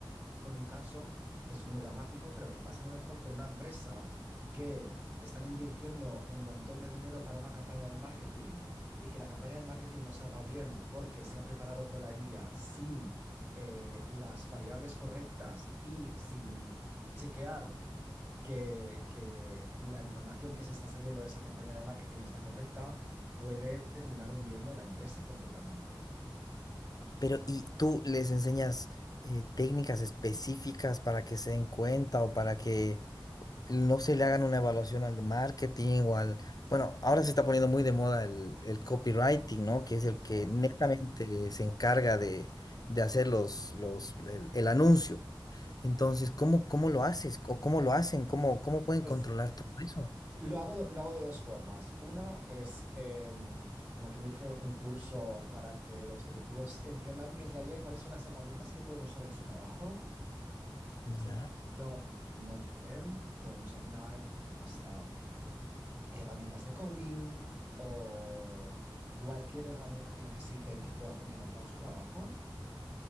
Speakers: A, on the right; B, on the left.
A: con un caso, es muy dramático, pero que pasa a lo mejor con una empresa que están invirtiendo un montón de dinero para una campaña de marketing y que la campaña de marketing no salga bien porque se ha preparado con la IA sin eh, las variables correctas y sin chequear que, que la información que se está saliendo de esa campaña de marketing es la correcta, puede terminar hundiendo una empresa completamente.
B: Pero, ¿y tú les enseñas eh, técnicas específicas para que se den cuenta o para que no se le hagan una evaluación al de marketing o al... Bueno, ahora se está poniendo muy de moda el, el copywriting, ¿no? Que es el
A: Exacto.
B: que netamente se encarga de, de hacer los, los, el, el anuncio. Entonces, ¿cómo, cómo lo haces? ¿O cómo lo hacen? ¿Cómo, cómo pueden
A: Pues
B: controlar todo eso?
A: Lo hago, de- lo hago de dos formas. Una es, em, como quien dice, un curso para que los directivos entiendan qué es la IA y cuáles son las herramientas que pueden usar en su trabajo,
B: Ya,
A: desde, por ejemplo, NodeLM con Gemini hasta herramientas de coding o cualquier herramienta que necesiten que pueda funcionar para su trabajo.